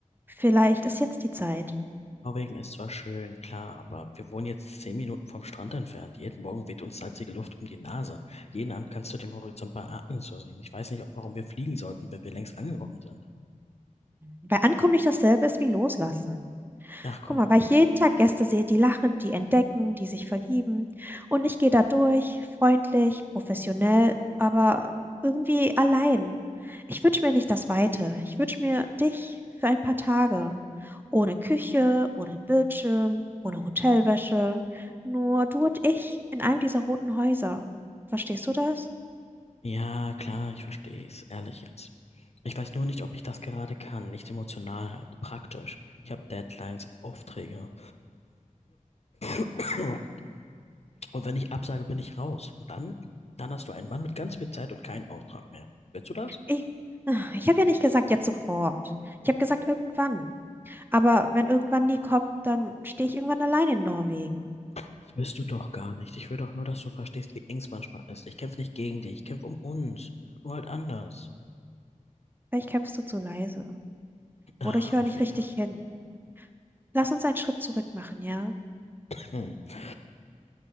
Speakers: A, on the right; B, on the left.
A: Vielleicht ist jetzt die Zeit.
B: Norwegen ist zwar schön, klar, aber wir wohnen jetzt zehn Minuten vom Strand entfernt. Jeden Morgen weht uns salzige Luft um die Nase. Jeden Abend kannst du den Horizont bei Atmen so sehen. Ich weiß nicht, warum wir fliegen sollten, wenn wir längst angekommen sind.
A: Bei Ankommen nicht dasselbe ist wie Loslassen.
B: Ach komm.
A: Guck mal, weil ich jeden Tag Gäste sehe, die lachen, die entdecken, die sich verlieben. Und ich gehe da durch, freundlich, professionell, aber irgendwie allein. Ich wünsche mir nicht das Weite. Ich wünsche mir dich für ein paar Tage. Ohne Küche, ohne Bildschirm, ohne Hotelwäsche. Nur du und ich in einem dieser roten Häuser. Verstehst du das?
B: Ja, klar, ich verstehe es. Ehrlich jetzt. Ich weiß nur nicht, ob ich das gerade kann. Nicht emotional halt. Praktisch. Ich habe Deadlines, Aufträge. Und wenn ich absage, bin ich raus. Und dann, dann hast du einen Mann mit ganz viel Zeit und keinen Auftrag mehr. Willst du das?
A: Ich, ah, ich habe ja nicht gesagt jetzt sofort. Ich habe gesagt irgendwann. Aber wenn irgendwann nie kommt, dann stehe ich irgendwann allein in Norwegen.
B: Das willst du doch gar nicht. Ich will doch nur, dass du verstehst, wie eng es manchmal ist. Ich kämpfe nicht gegen dich, ich kämpfe um uns. Nur halt anders.
A: Vielleicht kämpfst du zu leise.
B: Ach,
A: Oder ich höre
B: Ophelia.
A: nicht richtig hin. Lass uns einen Schritt zurück machen, ja?
B: <clears throat>